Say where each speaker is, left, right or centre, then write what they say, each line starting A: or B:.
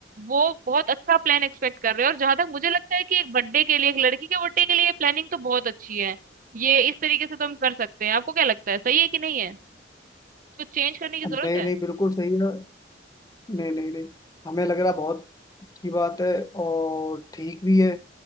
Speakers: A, on the right; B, on the left.
A: वो बहुत अच्छा प्लान एक्सपेक्ट कर रहे हैं और जहां तक मुझे लगता है कि एक बर्थडे के लिए एक लड़की के बर्थडे के लिए प्लानिंग तो बहुत अच्छी है ये इस तरीके से तो हम कर सकते हैं आपको क्या लगता है सही है कि नहीं है तो चेंज करने की जरूरत
B: नहीं
A: है
B: नहीं बिल्कुल सही है नहीं नहीं नहीं हमें लग रहा बहुत अच्छी बात है और ठीक भी है